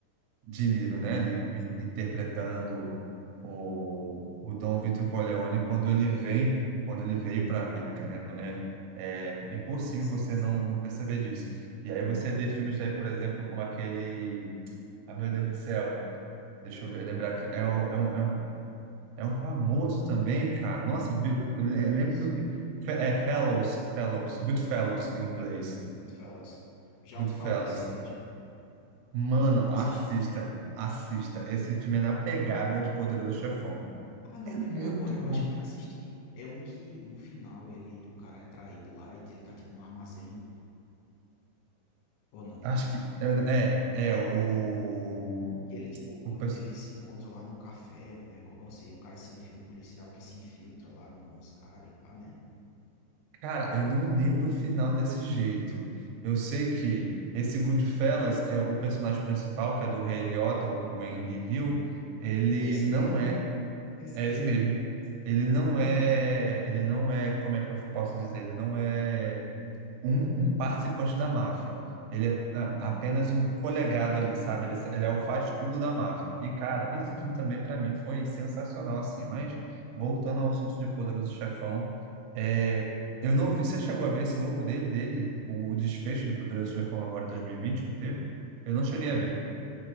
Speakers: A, on the right; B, on the left.
A: De Niro, né, ali in- interpretando o, o Dom Vito Corleone quando ele vem, quando ele veio para a América, né, não é, é impossível
B: Sim,
A: você
B: sim.
A: não, não perceber disso. E aí você vê filmes aí, por exemplo, como aquele, ah, meu Deus do céu, Deixa eu ver, lembrar aqui. É, o- é, um, é, um, é um famoso também, cara. Nossa, eu vi- eu le- eu lembro
B: É isso.
A: do. Fe- É Fellows, Fellows, Goodfellas em inglês.
B: Goodfellas. Já
A: Goodfellas.
B: ouvi falar desse filme, já.
A: Mano,
B: Mas eu nunca
A: assista,
B: assisti ele.
A: assista. Esse time é na pegada de Poderoso Chefão.
B: Ah, não,
A: É
B: lembrei
A: muito
B: agora. Eu
A: bom.
B: acho que eu já assisti. É um que no final ele, o cara é traído lá e ele tá tipo no armazém. Ou não?
A: Acho que. É, é é, o.
B: Que ele, tipo,
A: o
B: eu-
A: pers-
B: eles se encontram lá no café, um negócio, e o cara se enfia, um policial que se infiltra lá no- nos caras e pá, né?
A: Cara, eu não lembro o final desse jeito. Eu sei que esse Goodfellas é o personagem principal, que é do Ray Liotta, o o Henry Hill, ele
B: Esse
A: não
B: mesmo,
A: é,
B: esse
A: é
B: mesmo.
A: esse mesmo.
B: Esse
A: Ele
B: mesmo.
A: não é, ele não é, como é que eu posso dizer? Ele não é um, um participante da máfia. Ele é a- apenas um colegado ali, sabe? Ele, ele é o faz-tudo da máfia. E, cara, esse filme também, para mim, foi sensacional, assim. Mas, voltando ao assunto de Poderoso Chefão, é,
B: Uhum.
A: eu não vi... Você chegou a ver esse novo dele, dele, o desfecho do Poderoso Chefão agora em 2020 que teve? Eu não
B: Não,
A: cheguei a ver.